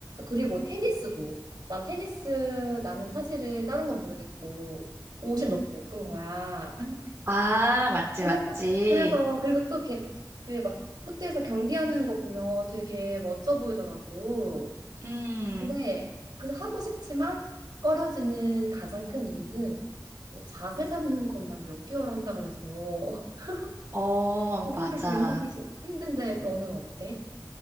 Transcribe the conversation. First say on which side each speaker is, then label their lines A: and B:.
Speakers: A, on the right; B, on the right.
A: 그리고
B: 음.
A: 테니스도. 나 테니스, 나는 사실은 다른 건 모르겠고, 옷이
B: 음.
A: 너무 예쁜 거야.
B: 아, 맞지,
A: 그래서
B: 맞지.
A: 그래서 그리고 또 이렇게 그 막 코트에서 경기하는 거 보면 되게 멋져 보이더라고.
B: 음,
A: 근데 그래서 하고 싶지만 꺼려지는 가장 큰 이유는 뭐 자세 잡는 것만 몇 개월 한다 그래서 <laughs>
B: 어,
A: 그거를
B: 맞아.
A: 견디기 싫- 힘든데 너는 어때?